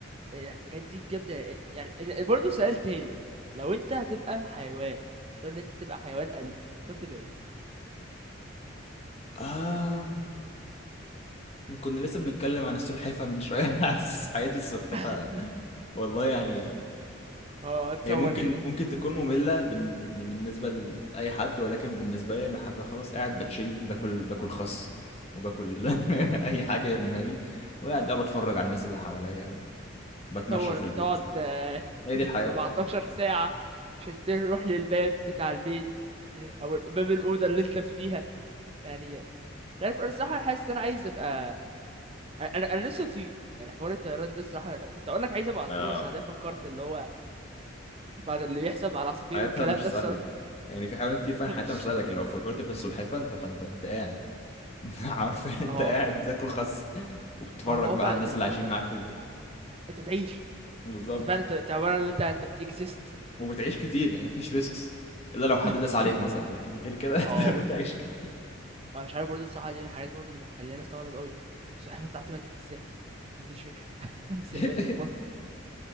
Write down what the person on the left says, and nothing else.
آم... إحنا كنا لسه بنتكلم عن السلحفة من شوية <laughs> أنا حاسس حياة السلحفة
والله يعني
هي ممكن
ممكن تكون مملة بن... يعني بالنسبة لأي حد ولكن بالنسبة لي أنا حابة خلاص قاعد بتشيل باكل باكل خس وباكل <laughs> أي حاجة يرموها لي وقاعد بقى بتفرج على الناس اللي حواليا وبتمشى
في البيت
هي
دي الحياة
والله
<laughs>
اه
حياتها
مش
سهله يعني في حيوانات كتير فعلا
حياتها مش سهله لكن لو فكرت في السلحفاه انت انت انت قاعد <laughs> عارفين انت
قاعد بتاكل خس وبتتفرج
بقى
على الناس
اللي عايشين
معاك في البيت
بالظبط
وبتعيش كتير يعني مفيش ريسكس الا لو حد
داس عليك مثلا لكن غير كده <laughs> انت
بتعيش كتير
<laughs>